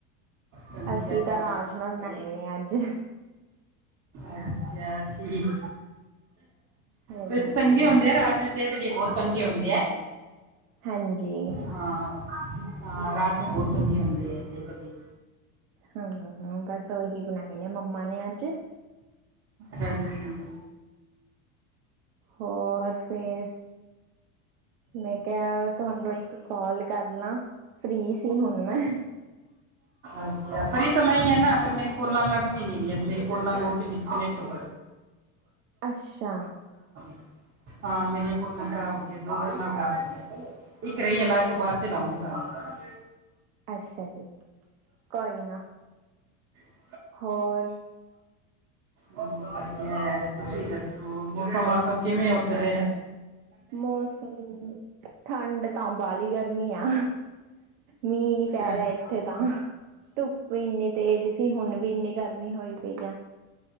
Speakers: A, on the right (about 40°); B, on the right (about 80°).
A: ਹਾਂਜੀ
B: ਅਸੀਂ
A: ਅੱਜ
B: ਤਾਂ
A: ਆ
B: ਰਾਜਮਾ
A: ਗਈ ਸੀ ਅਸੀਂ
B: ਬਣਾਏ
A: ਘਰੇ
B: ਨੇ ਅੱਜ
A: ਅੱਛਾ। ਠੀਕ
B: ਹਾਂਜੀ
A: ਵੈਸੇ ਚੰਗੇ ਹੁੰਦੇ ਆ ਰਾਜ ਦੀ ਸਿਹਤ ਲਈ ਬਹੁਤ ਚੰਗੇ ਹੁੰਦੇ ਆ
B: ਹਾਂਜੀ
A: ਹਾਂ। <unintelligible> ਹਾਂ ਰਾਜਮਾ ਬਹੁਤ ਚੰਗੇ ਹੁੰਦੇ ਹੈ ਸੇਤ ਲਈ
B: ਹੂੰ ਬਸ ਓਹੀ ਬਣਾਏ ਨੇ ਮੰਮਾ ਨੇ ਅੱਜ
A: ਹਾਂਜੀ ਹਾਂ।
B: ਹੋਰ ਫੇਰ, ਮੈਂ ਕਿਹਾ ਤੁਹਾਨੂੰ ਇੱਕ ਕਾਲ ਕਰ ਲਾਂ ਫ੍ਰਰੀ ਸੀ ਹੁਣ ਮੈਂ
A: ਅੱਛਾ ਪਰ ਇਹ ਤਾਂ ਮੈਂ ਹੀ ਹੈ ਨਾ ਪਰ ਮੇਰੀ ਕੋਲਾਂ ਅਲੱਗ ਵੀ ਨੀ ਰਹੀਜ ਮੇਰੇ ਕੋਲਾ ਦੋ ਤਿੰਨ ਡਿਸਕਨੈਕਟ ਹੋ।
B: ਅੱਛਾ
A: <unintelligible> ਹਾਂ ਮੇਰੀਆਂ ਕੋਲਾਂ ਖਰਾਬ ਹੋ ਗਈਆਂ ਦੋ ਕੁਲਾਂ ਖਰਾਬ ਹੋ ਗਈਆਂ ਇੱਕ ਰਹੀ ਆ ਲਾਸ ਤੋਂ ਬਾਅਦ ਚ ਲਉਂਗੀ ਤੁਹਾਨੂੰ
B: ਅੱਛਾ ਜੀ, ਕੋਈ ਨਾ
A: <unintelligible>
B: ਹੋਰ
A: ਵਧੀਆ ਹੈ। ਤੁਸੀਂ ਦੱਸੋ। ਮੌਸਮ ਵਾਸਮ ਕਿਵੇਂ ਹੋ ਤੇ
B: ਮੌਸਮ ਠੰਡ ਤਾਂ ਬਾਲੀ ਆ ਗਰਮੀ ਆਂ ਮੀਂਹ ਨੀ ਪੈ
A: ਅੱਛਾ
B: ਰਿਹਾ ਇੱਥੇ ਤਾਂ ਧੁੱਪ ਇੰਨੀ ਤੇਜ਼ ਸੀ ਹੁਣ ਵੀ ਇੰਨੀ ਗਰਮੀ ਹੋਈ ਪਈ ਆ